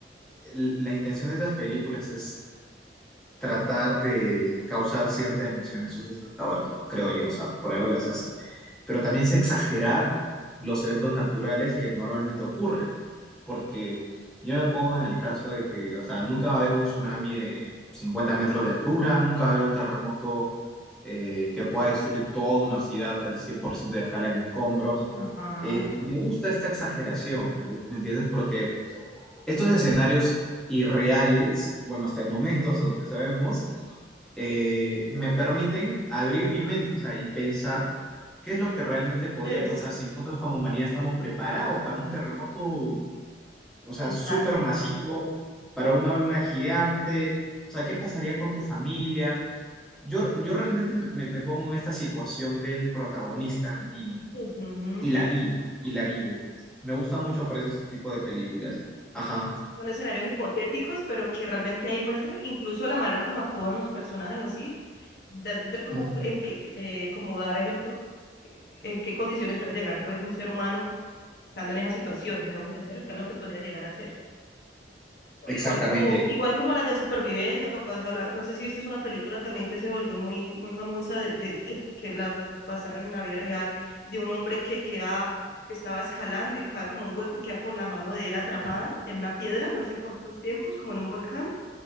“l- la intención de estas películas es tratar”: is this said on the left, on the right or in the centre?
Centre